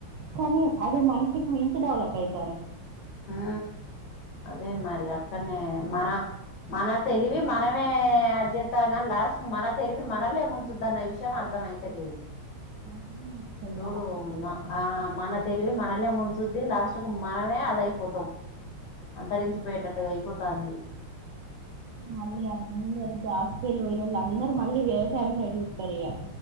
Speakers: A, on the right; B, on the left.
A: కానీ అది మనసికి మించి డవలప్ యితుది
B: హ అదే మరి అక్కనే మన మన తెలివి మనమే అది చేస్తార కానీ లాస్ట్ మన తెలివి మనలే ముంచుద్దన్న విషయం అర్థంమయితలేదు
A: మననే ముంచుతది
B: చూడు
A: లాస్ట్ కి ఇగ
B: మా ఆ మన తెలివి మనల్లే మున్ంచుద్ది లాస్ట్ మనమే అది అయిపోతాం అంతరించిపోయటట్టుగా అయిపో పోతంది
A: మళ్ళీ అందరు జాబ్స్ కెళ్ళి పైనోళ్లంద్రు మళ్ళీ వ్యవసాయం సైడు చూస్తారు ఇగ